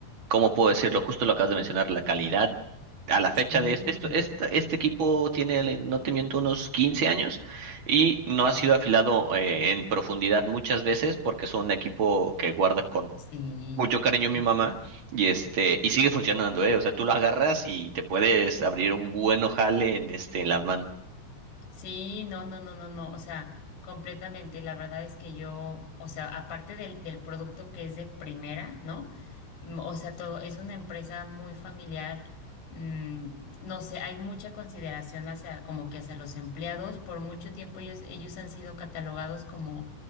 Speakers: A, on the right; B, on the left.
A: ¿cómo puedo decirlo? Justo lo acabas de mencionar, la calidad a la fecha
B: sí,
A: de este, esto- este, este equipo tiene, no te miento, unos 15 años y no
B: sí,
A: ha sido afilado eh, en profundidad muchas veces porque es un equipo que guarda con
B: sí,
A: mucho cariño
B: sí.
A: mi mamá y este y sigue funcionando, eh, o sea, tú lo agarras y te puedes abrir un buen ojale en este en la mano.
B: Sí, no, no, no, no, no, o sea, completamente. La verdad es que yo, o sea, aparte del, del producto que es de primera, ¿no? Mm, O sea, todo es una empresa muy familiar. mm, no sé, hay mucha consideración hacia como que hacia los empleados. Por mucho tiempo ellos, ellos han sido catalogados como,